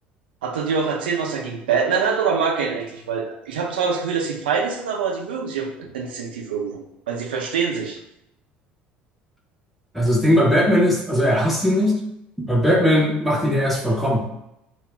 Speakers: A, on the right (about 75°); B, in the centre.
A: Hat er dir auch erzählt, was er gegen Batman hat oder mag er ihn eigentlich? Weil ich habe zwar das Gefühl, dass sie Feinde sind, aber sie mögen sich instinktiv irgendwo, weil sie verstehen sich.
B: Also das Ding bei Batman ist, also er hasst ihn nicht, weil Batman macht ihn ja erst vollkommen.